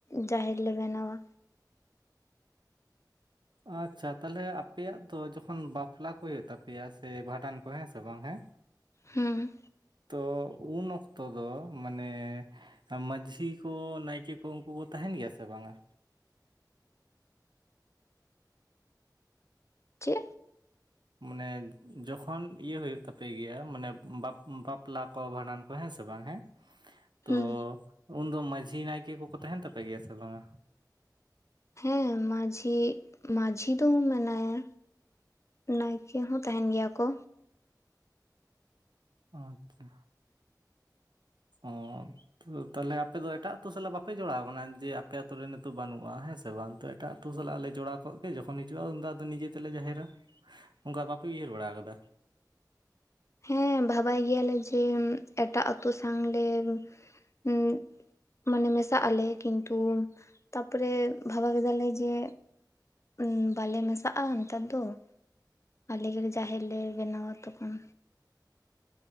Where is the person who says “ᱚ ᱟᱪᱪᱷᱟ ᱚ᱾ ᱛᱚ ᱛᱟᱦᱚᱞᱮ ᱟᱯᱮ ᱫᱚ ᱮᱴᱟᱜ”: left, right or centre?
Right